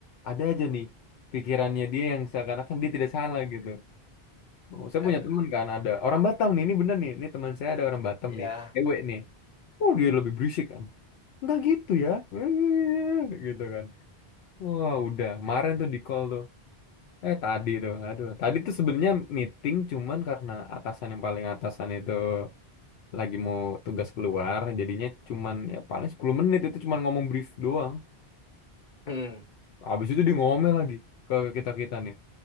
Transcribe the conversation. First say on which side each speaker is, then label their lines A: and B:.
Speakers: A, on the left; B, on the left.
A: ada aja nih pikirannya dia yang seakan-akan dia tidak salah gitu Oh, saya
B: aduh
A: punya teman kan ada orang Batam nih ini bener nih ini teman saya ada orang Batam
B: ya
A: nih cewek nih oh dia lebih berisik kan nggak gitu ya <laughs> gitu kan wah udah kemarin tuh di call tuh Eh tadi tuh, aduh. Tadi tuh sebenarnya meeting cuman karena atasan yang paling atasan itu lagi mau tugas keluar, jadinya cuman ya paling 10 menit itu cuman ngomong brief doang.
B: hmm
A: Habis itu dia ngomel lagi ke kita-kita nih.